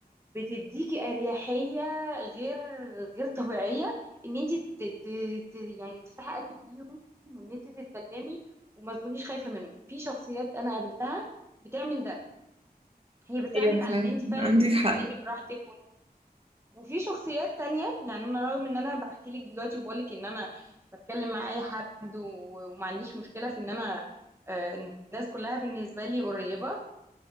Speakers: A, on the right (about 15°); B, on the right (about 35°).
A: بتديكي اريحيه غير غير طبيعيه ان انت ت... ت... ت... يعني تفتحي قلبك ليهم وان انت تتكلمي وما تكونيش خايفه منهم في شخصيات انا قابلتها بتعمل ده هي بتساعدك
B: ايوه فعلا
A: على ان انت فعلا
B: عندك
A: تتكلمي
B: حق
A: براحتك وفي شخصيات تانية يعني انا رغم ان انا بحكي لك دلوقتي وبقول لك ان انا بتكلم مع اي حد و- وما عنديش مشكلة في ان انا آه، الناس كلها بالنسبة لي قريبة